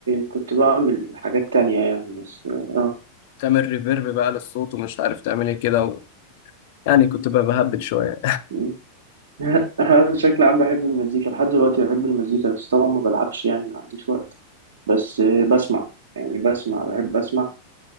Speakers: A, on the right; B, on the left.
A: كنت بعمل حاجات تانية يعني بس اه
B: تعمل ريفيرب بقى للصوت ومش عارف تعمل ايه كده و... يعني كنت بقى بهبد شويه
A: م. <laughs> أنا بشكل عام بحب المزيكا لحد دلوقتي بحب المزيكا بس طبعا ما بلعبش يعني ما عنديش وقت بس آه، بسمع يعني بسمع بحب اسمع